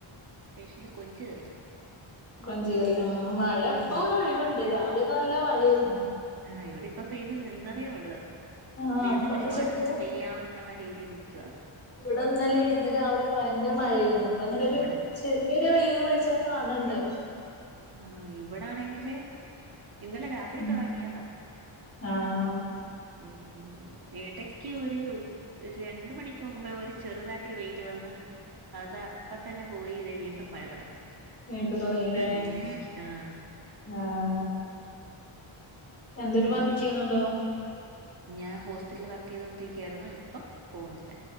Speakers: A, on the right; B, on the left.
A: സ്പെഷ്യൽ കൊഞ്ച്കറി.
B: കൊഞ്ച് കറി ആഹ് മഴ
A: ഉം
B: പ്പൊരൊഴിവുണ്ട് രാവിലൊക്കെ നല്ല മഴയെരുന്നു.
A: ആഹ് ഇവിടെ ഇപ്പ പെയ്തു നിന്നതേ ഉള്ളു
B: ആഹ്
A: ഇപ്പേത്
B: അപ്പൊന്ന്
A: നിമിഷവും
B: ചെറിയ
A: അടുത്തത് പെയ്യാമെന്നുള്ള രീതി നിക്കുവാ
B: വിടെ ഇന്നലെ ഇന്ന് രാവിലൊക്ക ഭയങ്കര മഴെയെനു പ്പ ങ്ങനൊര്
A: ഇവിടെ
B: ചെറിയൊരു വെയിലും വെളിച്ചൊം കാണ് ണ്ട്
A: ആഹ് ഇവിടാണെങ്കില് ഇന്നലെ രാ ത്രി
B: ഉം
A: തൊടങ്ങിയതാ
B: ആഹ്
A: ഈ ഊ ഇടക്ക് ഒരു ഉച് ഒരു രണ്ട് മണിക്ക് മുമ്പ് ഒരു ചെറുതായിട്ടൊരു വെയില് വന്ന് അതപ്പ തന്നെ പോയി ദെ വീണ്ടും മഴ തുടങ്ങി
B: വീണ്ടും തുടങ്ങില്ലേ
A: അങ്ങനെ നിക്ക ആഹ്
B: ആഹ് എന്തലു
A: അങ്ങനെ
B: വർക്ക് യ്യുന്നുണ്ടോ
A: ഞാൻ ഹോസറ്റിറ്റലിൽ വർക്ക് ചെയ്തൊണ്ടിരിക്കായിരുന്നു ഇപ്പം പോകുന്നില്ല